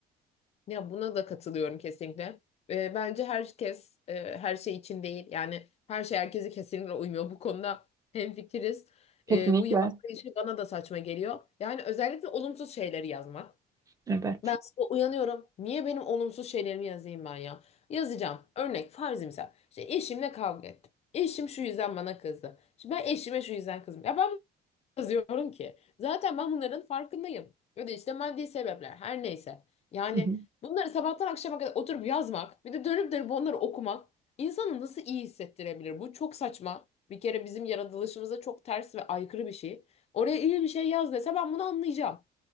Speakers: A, on the left (about 40°); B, on the right (about 20°).
A: Ya buna da katılıyorum kesinlikle. Ee, bence herkes e, her şey için değil. Yani her şey herkese kesinlikle uymuyor. Bu konuda hemfikiriz.
B: Kesinlikle.
A: Ee, bu yazma işi bana da saçma geliyor. Yani özellikle olumsuz şeyleri yazmak.
B: Evet.
A: Ben sabah uyanıyorum. Niye benim olumsuz şeylerimi yazayım ben ya? Yazacağım. Örnek farzimsel. İşte eşimle kavga ettim. Eşim şu yüzden bana kızdı. İşte ben eşime şu yüzden kızdım. Ya ben yazıyorum ki? Zaten ben bunların farkındayım. Ya da işte maddi sebepler her neyse. Yani
B: Hı hı.
A: bunları sabahtan akşama kadar oturup yazmak bir de dönüp dönüp onları okumak insanı nasıl iyi hissettirebilir? Bu çok saçma. Bir kere bizim yaratılışımıza çok ters ve aykırı bir şey. Oraya iyi bir şey yaz dese ben bunu anlayacağım.